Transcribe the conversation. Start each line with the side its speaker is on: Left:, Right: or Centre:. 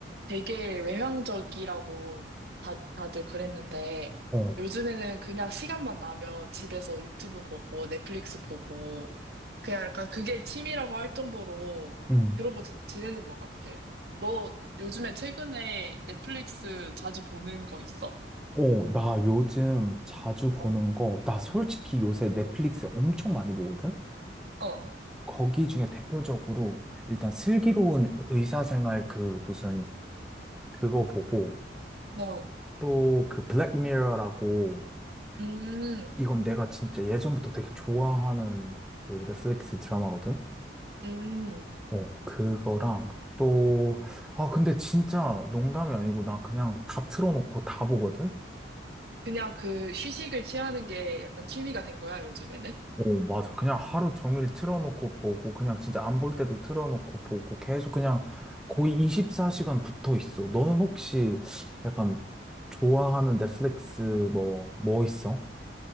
Right: 되게 외향적이라고 다, 다들 그랬는데,
Centre: 어,
Right: 요즘에는 그냥 시간만 나면 집에서 유튜브 보고, 넷플릭스 보고, 그냥 약간 그게 취미라고 할 정도로
Centre: 응.
Right: 그러고 지- 지내는 것 같아. 너 요즘에 최근에 넷플릭스 자주 보는 거 있어?
Centre: 어, 나 요즘 자주 보는
Right: 어,
Centre: 거, 나 솔직히 요새 넷플릭스 엄청 많이 보거든?
Right: 어,
Centre: 거기 중에 대표적으로 일단 슬기로운 의사생활 그 무슨 그거 보고
Right: 어.
Centre: 또 그 블랙미러라고
Right: 음,
Centre: 이건 내가 진짜 예전부터 되게 좋아하는 그 넷플릭스 드라마거든?
Right: 음,
Centre: 어, 그거랑 또, 아, 근데 진짜 농담이 아니고 나 그냥 다 틀어놓고 다 보거든?
Right: 그냥 그 휴식을 취하는 게 약간 취미가 된 거야, 요즘에는?
Centre: 어, 맞아. 그냥 하루 종일 틀어놓고 보고, 그냥 진짜 안 볼 때도 틀어놓고 보고, 계속 그냥 거의 24시간 붙어 있어. 너는 혹시 약간 좋아하는 넷플릭스 뭐, 뭐 있어?